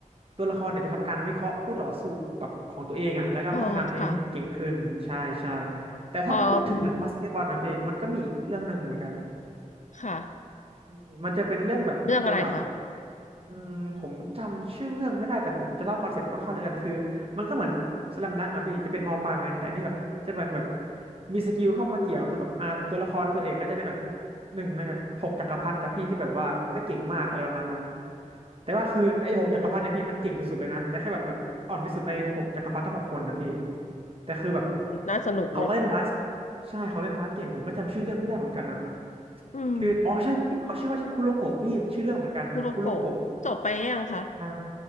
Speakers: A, on the right; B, on the left.
A: ตัวละครเนี่ยจะทำการวิเคราะห์คู่ต่อสู้แบบของตัวเองอ่ะแล้วก็พัฒนาตัวเองให้เก่งขึ้นใช่ใช่
B: เออค่ะ
A: แต่ถ้าพูดถึงเรื่องบาสเกตบอลนะพี่มันก็มีอีกเรื่องหนึ่งเหมือนกัน
B: พออืมค่ะ
A: อืมมันจะเป็นเรื่องแบบเกี่ยวกับ
B: เรื่องอะไรคะ
A: อืมผมจำชื่อเรื่องไม่ได้แต่ผมจะเล่าคอนเซ็ปต์คร่าวๆแล้วกันคือมันก็เหมือนสแลมดังก์อะพี่จะเป็นมอปลายเหมือนกันแต่อันนี่แบบจะเป็นแบบมีสกิลเข้ามาเกี่ยวคือแบบอ่าตัวละครตัวเอกก็จะเป็นแบบหนึ่งในแบบหกจักรพรรดิอะพี่ที่แบบว่าไม่เก่งมากอะไรประมาณนั้นแต่ว่าคือไอ้หกจักรพรรดิเนี่ยพี่มันเก่งสุดๆเลยนะแต่แค่แบบเหมือนอ่อนที่สุดในหกจักรพรรดิทั้งหกคนนะพี่แต่คือแบบ
B: น่าสนุก
A: เขาก็เล่นบาส ใช่เขาเล่นบาสเก่งผมก็จำชื่อเรื่องไม่ได้เหมือนกันอะ
B: อืม
A: คืออ๋อใช่พี่เขาชื่อว่าคุโรโกะพี่เป็นชื่อเรื่องเหมือนกันคุโรโกะ
B: คุโรโกะจบไปยังคะ
A: อ่า